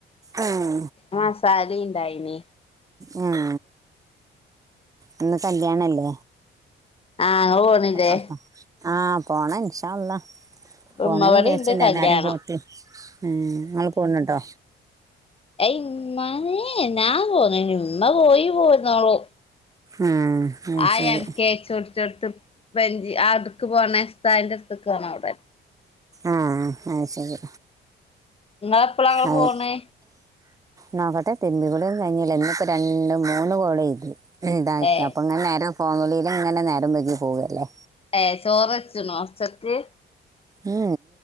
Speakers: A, on the right; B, on the left.
A: ഉം
B: മസാല ഇണ്ടായിന്
A: ഉം ഇന്ന് കല്യാണല്ലേ
B: ആഹ് ഇങ്ങള് പോണില്ലേ
A: അപ്പ- ആഹ പോണ നിഷാല്ല പോണന്ന്
B: ഉമ്മ ഇവിടെ
A: വിചാച്ചിണ്ട
B: ഇണ്ട് കല്യാണം
A: എല്ലാരും കൂട്ടി നിങ്ങൾ പോണട്ടോ
B: യ് ഇമ്മനേ ഞാൻ പോന്ന ഇമ്മ പോയി പോയിരുന്നോളു
A: ഉം അത്
B: ആം
A: ശരി
B: കേച്ചോ ടുത്ത്ഞ്ചി ആ അടുക്ക് പോകണന്റെ അടുത്തക്ക്ണോ അവിടെ
A: ആ ആ ശരി
B: ഇങ്ങൾ എപ്പളാ
A: അത്
B: പോണേ
A: നോക്കട്ടെ തെന്മ്പികുളിയും കഴഞ്ഞില്ല എന്നിപ്പോ രണ്ട മൂന്ന് കോളയ്ത് ഇതാക്ക
B: ഏഹ്
A: അപ്പൾ ഇങ്ങനെ നേരം ഫോമളിയിലും ഇങ്ങനെ നേരം പോേക്കി പോവുകല്ലേ
B: ഏ ചോറ്ച്ചു നോ ഒച്ചക്ക്
A: ഉ